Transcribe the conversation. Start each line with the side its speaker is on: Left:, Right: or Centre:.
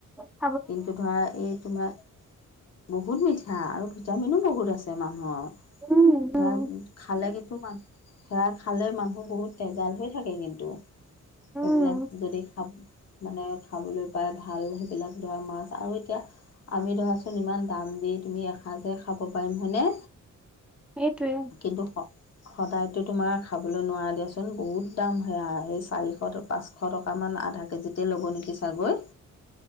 Centre: অ'।
Left: কিন্তু ধৰা এই তোমাৰ বহুত মিঠা আৰু ভিটামিনো বহুত আছে মানুহৰ।
Centre: উম
Left: সেয়া
Centre: উম
Left: খালে কিন্তু মান সেয়া খালে মানুহ বহুত তেজাল হৈ থাকে কিন্তু।
Centre: উম
Left: সেইবিলাক যদি খাব মানে খাবলৈ পায় ভাল সেইবিলাক ধৰা মাছ আৰু এতিয়া। আমি ধৰাচোন ইমান দাম দি তুমি এসাঁজে খাব পাৰিম হয়নে।
Centre: সেইটোৱে।
Left: কিন্তু স সদায়তো তোমাৰ খাবলৈ নোৱাৰা দিয়াচোন বহুত দাম সেয়া সেই চাৰিশ টকা পাঁচশ। শ টকামান আধা কেজিতে ল'ব নেকি চাগৈ।